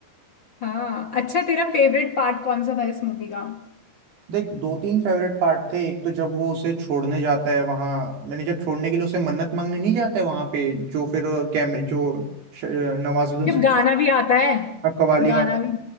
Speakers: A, on the left (about 50°); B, on the right (about 85°).
A: हाँ अच्छा तेरा फेवरेट पार्ट कौन सा था इस मूवी का
B: देख दो तीन फेवरेट पार्ट थे एक तो जब वो उसे छोड़ने जाता है वहां मैंने जब छोड़ने के लिए उसे मन्नत मांगने नहीं जाता है वहां पे जो फिर कैमरे जो श- नवाजुद्दीन
A: जब
B: से
A: गाना भी आता है
B: कवाली
A: गाना
B: वाला
A: भी